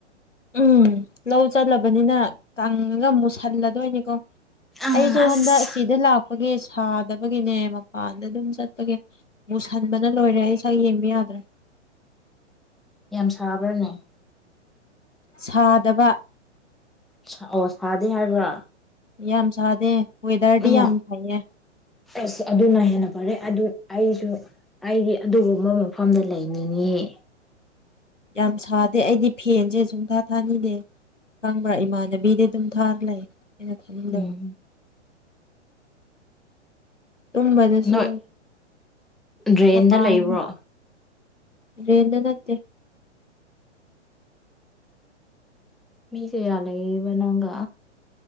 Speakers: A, on the left; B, in the centre.
A: ꯎꯝ ꯂꯧ ꯆꯠꯂꯕꯅꯤꯅ ꯀꯪꯉꯒ ꯃꯨꯁꯜꯂꯗꯣꯏꯅꯤꯀꯣ
B: ꯑ
A: ꯑꯩꯁꯨ
B: ꯑꯁ
A: ꯍꯟꯗꯛ ꯑꯁꯤꯗ ꯂꯥꯛꯄꯒꯤ ꯁꯥꯗꯕꯒꯤꯅꯦ ꯃꯄꯥꯟꯗ ꯑꯗꯨꯝ ꯆꯠꯄꯒꯤ ꯃꯨꯁꯟꯕꯅ ꯂꯣꯏꯔꯦ ꯑꯩ ꯏꯁꯥ ꯌꯦꯡꯕ ꯌꯥꯗ꯭ꯔꯦ
B: ꯌꯥꯝ ꯁꯥꯕ꯭ꯔꯅꯦ
A: ꯁꯥꯗꯕ
B: ꯁ ꯑꯣ ꯁꯥꯗꯦ ꯍꯥꯏꯕ꯭ꯔꯥ
A: ꯌꯥꯝ ꯁꯥꯗꯦ ꯋꯦꯗꯔꯗꯤ
B: ꯑꯣ
A: ꯌꯥꯝ ꯐꯩꯌꯦ
B: ꯑꯁ ꯑꯗꯨꯅ ꯍꯦꯟꯅ ꯐꯔꯦ ꯑꯗꯨ ꯑꯩꯁꯨ ꯑꯩꯗꯤ ꯑꯗꯨꯒꯨꯝꯕ ꯃꯐꯝꯗ ꯂꯩꯅꯤꯡꯉ‌‌ꯦ
A: ꯌꯥꯝ ꯁꯥꯗꯦ ꯑꯩꯗꯤ ꯐꯦꯟꯁꯦ ꯁꯨꯡꯊꯥ ꯊꯥꯅꯤꯡꯗꯦ ꯈꯪꯕ꯭ꯔꯥ ꯏꯃꯥꯟꯅꯕꯤꯗꯤ ꯑꯗꯨꯝ ꯊꯥꯔ ꯂꯩ ꯑꯩꯅ ꯊꯥꯅꯤꯡꯗꯕ
B: ꯎꯝ
A: ꯇꯨꯝꯕꯗꯁꯨ
B: ꯅꯣꯏ ꯗ꯭ꯔꯦꯟꯗ
A: ꯃꯄꯥꯟ
B: ꯂꯩꯕ꯭ꯔꯣ
A: ꯇꯔꯦꯟꯗ ꯅꯠꯇꯦ
B: ꯃꯤ ꯁ‌ꯦ ꯀꯌꯥ ꯂꯩꯌꯤꯕ ꯅꯪꯒ